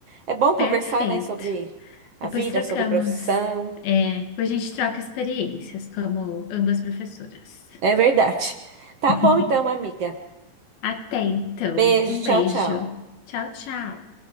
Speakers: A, on the right (about 55°); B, on the left (about 85°).
A: É bom conversar,
B: Perfeito.
A: né? Sobre a
B: Depois
A: vida,
B: trocamos.
A: sobre profissão.
B: é, depois a gente troca experiências como ambas professoras.
A: É verdade. Tá
B: <laughs>
A: bom então, amiga.
B: Até então.
A: Beijo,
B: Um
A: tchau,
B: beijo.
A: tchau.
B: Tchau, tchau.